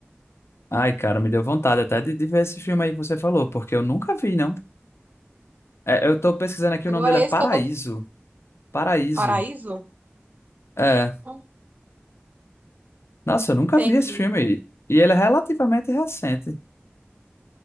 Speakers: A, on the left; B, on the right.
A: Ai, cara, me deu vontade até de, de ver esse filme aí que você falou, porque eu nunca vi, não. É, eu tô pesquisando aqui,
B: Agora
A: o nome dele é
B: esse
A: Paraíso.
B: que eu tô...
A: Paraíso.
B: Paraíso?
A: É,
B: Hum,
A: Nossa, eu nunca
B: entendi.
A: vi esse filme. E ele é relativamente recente.